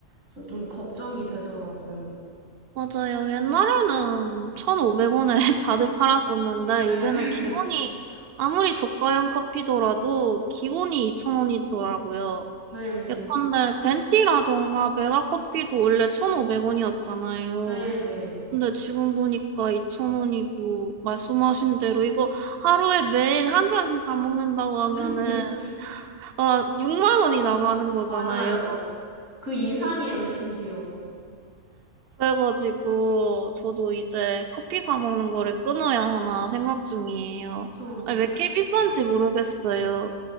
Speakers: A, on the right; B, on the right.
A: 그래서 좀 걱정이 되더라고요.
B: 맞아요. 옛날에는 1,500원에 <laughs> 다들 팔았었는데,
A: 네.
B: 이제는 기본이,
A: <laughs>
B: 아무리 저가형 커피더라도 기본이 2,000원이더라고요.
A: 네.
B: 예컨대 벤티라던가 메가커피도 원래 1,500원이었잖아요.
A: 네, 네.
B: 근데 지금 보니까 2,000원이고, 말씀하신 대로 이거 하루에 매일 한 잔씩 사 먹는다고 하면은,
A: <laughs>
B: 아, 6만 원이 나가는 거잖아요.
A: 맞아요. 그 이상이에요, 심지어.
B: 그래가지고 저도 이제 커피 사 먹는 거를 끊어야 하나 생각 중이에요.
A: 저,
B: 아니, 왜 이렇게 비싼지 모르겠어요.